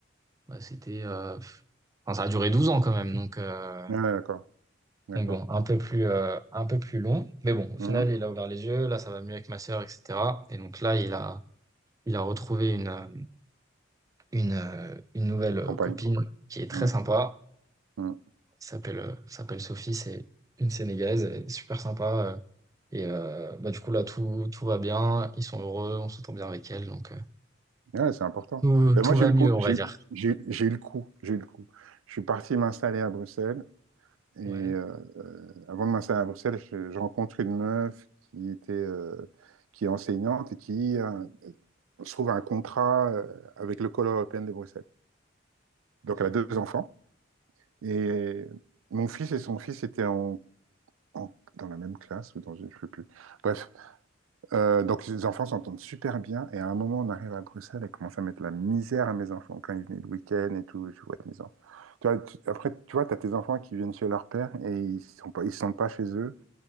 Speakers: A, on the right; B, on the right.
A: bah, c'était, euh, pff, enfin, ça a duré 12 ans quand même. Donc, euh,
B: ouais, d'accord, d'accord.
A: donc bon, un peu plus, euh, un peu plus long. Mais bon, au
B: Mhm.
A: final, il a ouvert les yeux. Là, ça va mieux avec ma sœur, etc. Et donc là, il a, il a retrouvé une, euh, une, euh, une nouvelle euh,
B: Compagne.
A: copine qui est
B: Mm,
A: très sympa.
B: mm.
A: qui s'appelle, euh, s'appelle Sophie. C'est une Sénégalaise. Elle est super sympa. euh, Et euh, bah, du coup, là, tout, tout va bien. Ils sont heureux, on s'entend bien avec elle. Donc, euh,
B: Ouais, c'est important.
A: tout,
B: Ben,
A: tout
B: moi, j'ai
A: va
B: eu le
A: mieux,
B: coup.
A: on
B: J'ai
A: va dire.
B: eu j'ai- j'ai eu le coup. J'ai eu le coup. Je suis parti m'installer à Bruxelles. Et
A: Ouais,
B: euh, euh, avant de m'installer à Bruxelles, je, je rencontre une meuf qui était, euh, qui est enseignante et qui euh, se trouve un contrat euh, avec l'école européenne de Bruxelles. Donc,
A: ok.
B: elle a deux enfants. Et mon fils et son fils étaient en, en- dans la même classe ou dans une, je ne sais plus. Bref, Euh, donc les enfants s'entendent super bien et à un moment on arrive à Bruxelles et commence à mettre la misère à mes enfants quand ils venaient le week-end et tout, je vois mes enfants. Tu vois, tu- après tu vois, t'as tes enfants qui viennent chez leur père et ils sont pas, ils se sentent pas chez eux.